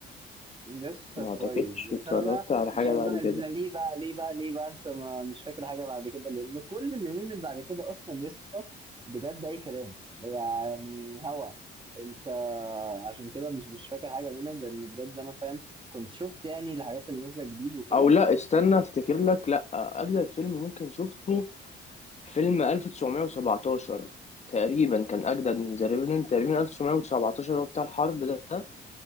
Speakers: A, on the right (about 25°); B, on the left (about 35°).
A: قصة
B: ما
A: كويس
B: اعتقدش
A: بس
B: اتفرجت
A: انا بقى
B: على
A: عشان
B: حاجه بعد
A: بقى أنا
B: كده
A: ليه بقى ليه بقى ليه بقى انسى ما مش فاكر حاجه بعد كده لان كل اللي نزل بعد كده اصلا يسطا بجد اي كلام يعني هوا انت عشان كده مش مش فاكر حاجه منهم لان بجد انا فاهم كنت شفت يعني الحاجات اللي نازله جديد وكده
B: او لا استنى افتكر لك لا اجدد فيلم ممكن شفته فيلم 1917 تقريبا كان اجدد من ذا ريفننت تقريبا 1917 هو بتاع الحرب ده